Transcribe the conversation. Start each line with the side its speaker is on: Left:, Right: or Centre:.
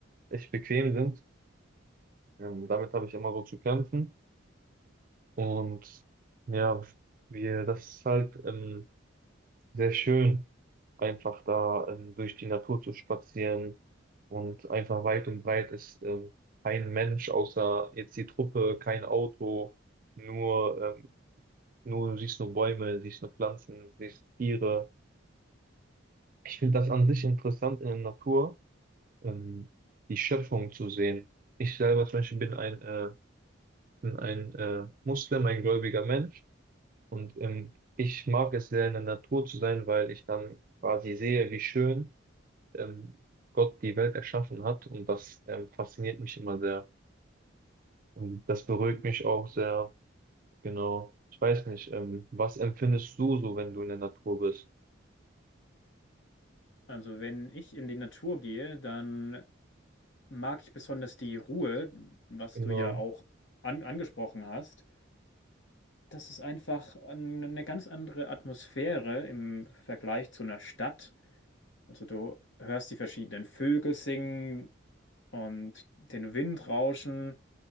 Right: echt bequem sind. Ähm, damit habe ich immer so zu kämpfen. Und ja, wir, das ist halt, ähm, sehr schön, einfach da ähm, durch die Natur zu spazieren und einfach weit und breit ist ähm, kein Mensch außer jetzt die Truppe, kein Auto, nur, ähm, nur du siehst nur Bäume, siehst nur Pflanzen, siehst Tiere. Ich finde das an sich interessant in der Natur, ähm, die Schöpfung zu sehen. Ich selber zum Beispiel bin ein, äh, bin ein äh, Muslim, ein gläubiger Mensch und ähm, ich mag es sehr in der Natur zu sein, weil ich dann quasi sehe, wie schön ähm, Gott die Welt erschaffen hat. Und das ähm, fasziniert mich immer sehr. Und das beruhigt mich auch sehr. Genau. Ich weiß nicht, ähm, was empfindest du so, wenn du in der Natur bist?
Left: Also wenn ich in die Natur gehe, dann mag ich besonders die Ruhe, was
Right: Genau,
Left: du ja auch an, angesprochen hast. Das ist einfach an- eine ganz andere Atmosphäre im Vergleich zu einer Stadt. Also du hörst die verschiedenen Vögel singen und den Wind rauschen.